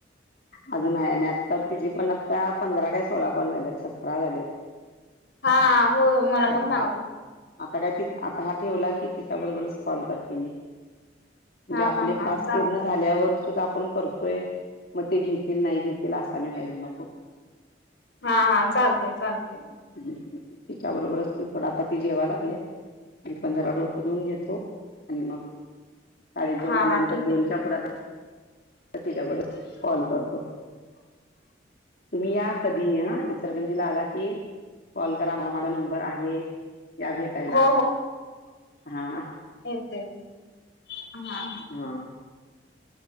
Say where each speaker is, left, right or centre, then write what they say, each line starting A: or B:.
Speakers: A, on the left (about 50°); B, on the left (about 65°).
A: अजून हाय आणि आता तिजे पण आता पंधरा काय सोळा कॉल झालेत, सतरा झालेत.
B: हा होय मला पण
A: हा
B: सांगत हो
A: आता काय ती, आता हा ठेवला की तिच्या बरोबरच कॉल करते मी. म्हणजे
B: हा
A: आपले
B: हा हा
A: पाच
B: चालतंय
A: पूर्ण झा ल्यावर सुद्धा आपण करतोय, मग ते घेतील नाही घेतील असा आणि व्हायला नको.
B: हा हा, चालतय चालतय.
A: हम्म, तिच्या बरोबरच म थोडा आता ते जेवा लागलेत, मी पण जरा डोक धूऊन घेतो, आणि मग शाळेत जाऊन
B: हा
A: आल्यानंतर
B: हा ठीक
A: दोनच्या
B: आहे ठीक
A: पुढात
B: आहे.
A: तिच्याबरोबर कॉल करतो, तुम्ही या कधी ही हा इच इचलकरंजी ला आला की कॉल करा मला माझा नंबर आहे, या भेटायला
B: हो
A: हा.
B: ये ते <unintelligible>
A: हा